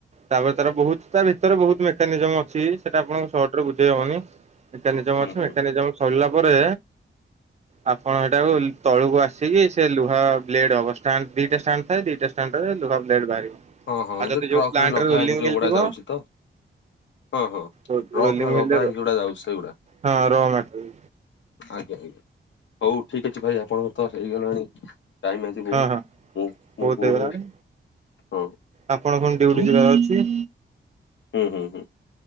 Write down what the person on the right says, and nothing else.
ତାପରେ ତାର ବହୁତ୍ ତା ଭିତରେ ବହୁତ୍ ମେକାନିଜମ ଅଛି ସେଟା ଆପଣଙ୍କୁ ସର୍ଟ ରେ ବୁଝେଇ ହବନି। ମେକାନିଜମ
ଅଛି
ମେକାନିଜମ ସରିଲା ପରେ ଆପଣ ହେଟାକୁ ଲ ତଳୁକୁ ଆସିକି ସେ ଲୁହା ବ୍ଲେଡ୍ ହବ ଷ୍ଟାଣ୍ଡ ଦିଟା ଷ୍ଟାଣ୍ଡ ଥାଏ ଦିଟା ଷ୍ଟାଣ୍ଡ ରେ ଲୁହା ବ୍ଲେଡ ବାହାରିବ।
ଆଉ ଯଦି
ପ୍ଲାଣ୍ଟରେ
ରୋଲିଂ
ମିଲ୍
ଥିବ
ରୋଲିଂ
ମିଲ୍
ହଁ ର ମଟେରିଆଲ
ହଁ ହଁ
ବହୁତ
ହେଇଗଲାଣି
ଆପଣ ଫୁଣି
ଡିଉଟି ଯିବାର ଅଛି।